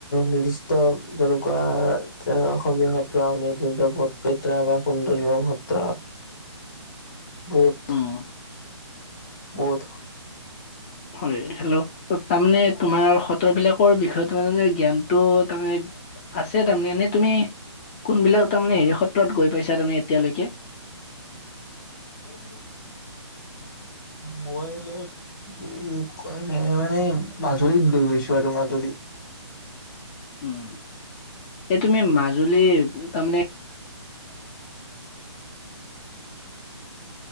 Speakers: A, on the left; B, on the left.
A: নিৰ্দিষ্ট যেনেকুৱা আহ, অসমীয়া সত্ৰ আউনীআটি সত্ৰ <unintelligible> বা সুন্দলীভাব সত্ৰ। বহুত
B: উম।
A: ক'ত?
B: হয়, হেল্ল'। তাৰমানে তোমাৰ সত্ৰবিলাকৰ বিষয়টো মানে জ্ঞানটো তাৰমানে আছে তাৰমানে, এনেই তুমি কোনবিলাক তাৰমানে হেৰি সত্ৰত গৈ পাইছা তুমি এতিয়ালৈকে? <unintelligible>
A: মই হ'লে উম, কোৱা নাই মানে মাজুলীত গৈ পাইছোঁ আৰু মাজুলীত।
B: উম, এই তুমি মাজুলীৰ তাৰমানে